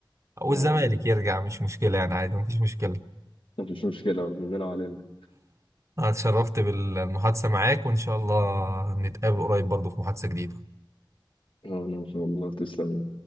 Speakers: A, on the right (about 35°); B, on the left (about 80°).
A: او
B: ما-
A: الزمالك يرجع مش مشكله يعني عادي مفيش مشكله
B: مفيش مشكلة برضه مننا وعلينا
A: انا اتشرفت بالمحادثه معاك وان شاء الله نتقابل قريب برضه في محادثه جديده
B: انا ان شاء الله تسلم